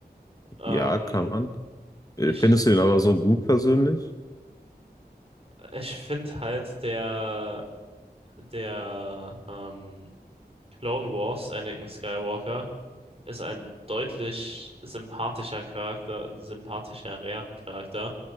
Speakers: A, on the right; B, on the left.
A: Ähm,
B: ja, kann man. Äh,
A: ich
B: Findest du ihn aber so gut persönlich?
A: ich finde halt der, der, ähm, Clone Wars, Anakin Skywalker, ist ein deutlich sympathischer Charakter, sympathischerer Charakter